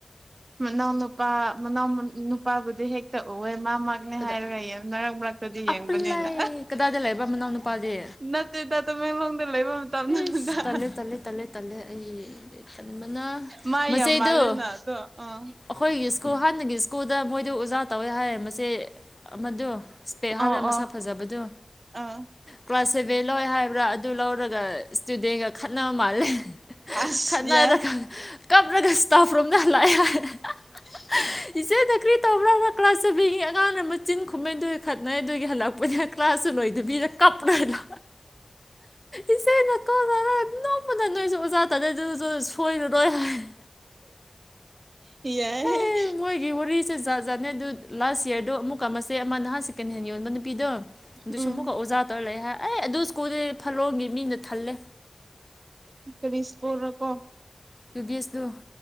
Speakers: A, on the right; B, on the left.
A: ꯃꯅꯥꯎ ꯅꯨꯄꯥ ꯃꯅꯥꯎ ꯅꯨ ꯅꯤꯄꯥꯕꯨꯗꯤ ꯍꯦꯛꯛꯇ ꯎꯑꯦ ꯃꯥ ꯃꯛꯅꯦ
B: ꯀꯗꯥ
A: ꯍꯥꯏꯔꯒ ꯅꯔꯛ ꯃꯔꯛ ꯀꯗꯤ ꯌꯦꯡꯕꯅꯦꯅ
B: ꯑꯄꯜꯂꯥꯏ ꯀꯗꯥꯏꯗ ꯂꯩꯕ ꯃꯅꯥꯎ ꯅꯨꯄꯥꯗꯤ
A: ꯅꯠꯇꯦꯗ ꯇꯃꯦꯡꯂꯣꯡꯗ ꯂꯩꯕ ꯃꯇꯝꯗꯨꯗ
B: ꯑꯦꯁ ꯇꯜꯂꯦ ꯇꯜꯂꯦ ꯇꯜꯂꯦ ꯇꯜꯂꯦ ꯑꯩ ꯇꯟꯕꯅ
A: ꯃꯥ
B: ꯃꯆꯩꯗꯨ
A: ꯌꯥꯝ ꯃꯥꯜꯂꯦꯅ ꯑꯗꯣ ꯑꯥ
B: ꯑꯩꯈꯣꯏꯒꯤ ꯁ꯭ꯀꯨꯜ ꯍꯥꯟꯅꯒꯤ ꯁ꯭ꯀꯨꯜꯗ ꯃꯣꯏꯗꫭ ꯑꯣꯖꯥ ꯇꯧꯋꯦ ꯍꯥꯏ ꯃꯆꯦ ꯑꯃꯗꯨ꯫ ꯁ꯭ꯄꯦꯛ ꯍꯥꯞꯔ
A: ꯑꯥ
B: ꯃꯁꯛ
A: ꯑꯥ
B: ꯐꯖꯕꯗꯨ
A: ꯑꯥ
B: ꯀ꯭ꯂꯥꯁ ꯁꯦꯚꯦꯟ ꯂꯧ ꯍꯥꯏꯕ꯭ꯔꯥ ꯑꯗꯨ ꯗ ꯏꯁ꯭ꯇꯨꯗꯦꯟꯒ ꯈꯠꯅꯕ ꯃꯥꯜꯂꯦ
A: ꯑꯁ
B: ꯈꯠꯅꯔꯒ
A: ꯌꯥꯏ
B: ꯀꯞ꯭ꯔꯒ ꯏꯁ꯭ꯇꯥꯐ ꯔꯨꯝꯗ ꯍꯜꯂꯛꯑꯦ ꯍꯥꯏ ꯏꯆꯦꯅ ꯀ꯭ꯔꯤ ꯇꯧꯕ꯭ꯔꯣ ꯀ꯭ꯂꯥꯁ ꯁꯕꯦꯟꯒꯤ ꯑꯉꯥꯡꯅ ꯃꯆꯤꯟ ꯈꯨꯝꯃꯦ ꯗꯨꯏ ꯈꯠꯅꯩ ꯑꯗꯨꯒꯤ ꯍꯜꯂꯛꯄꯅꯤ ꯍꯥꯏ ꯀ꯭ꯂꯥꯁꯁꯨ ꯂꯣꯏꯗꯕꯤꯗ ꯀꯞꯔꯒ ꯂꯥ ꯏꯆꯦꯅ ꯀꫭꯜ ꯇꯧꯔꯒ ꯅꯣꯛꯄꯅ ꯅꯣꯏꯁꯨ ꯑꯣꯖꯥ ꯇꯥꯅꯗꯨꯏꯁꯨ ꯁꯣꯏꯔꯔꯣꯏ ꯍꯥꯏ꯫
A: ꯌꯥꯏ
B: ꯑꯦ ꯃꯣꯏꯒꯤ ꯋꯥꯔꯤ ꯁꯦ ꯖꯥꯠ ꯖꯥꯠꯅꯦ ꯑꯗꯨ ꯂꯥꯁ ꯌꯦꯔꯗꯣ ꯑꯃꯨꯛꯀ ꯃꯆꯦ ꯑꯃ ꯅꯍꯥꯟ ꯁꯦꯀꯦꯟ ꯍꯦꯟ ꯌꯣꯟꯕ ꯅꯨꯄꯤꯗꯨ꯫ ꯑꯗꯨꯁꯨ
A: ꯎꯝ
B: ꯑꯃꯨꯛꯀ ꯑꯣꯖꯥ ꯇꯧꯔ ꯂꯩ ꯍꯥꯏ ꯑꯦ ꯑꯗꯨ ꯁ꯭ꯀꯨꯜꯗꯤ ꯐꯂꯣꯝꯒꯤ ꯃꯤꯅ ꯊꯜꯂꯦ꯫
A: ꯀꯔꯤ ꯁ꯭ꯀꯨꯜꯔꯀꫭ꯫
B: ꯗꯤ ꯕꯤ ꯑꯦꯁ ꯗꯨ꯫